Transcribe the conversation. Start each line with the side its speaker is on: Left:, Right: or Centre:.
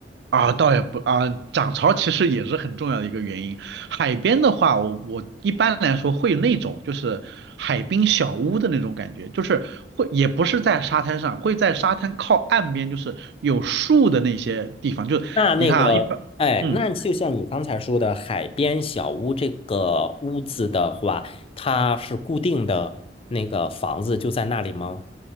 Right: 啊，倒也不啊，涨潮其实也是很重要的一个原因。海边的话，我我一般来说会那种就是海滨小屋的那种感觉，就是会也不是在沙滩上，会在沙滩靠岸边，就是有树的那些地方。就是你看啊，
Left: 那那个，
Right: 一般，
Left: 哎，
Right: 嗯
Left: 那就像你刚才说的，海边小屋这个屋子的话，它是固定的那个房子就在那里吗？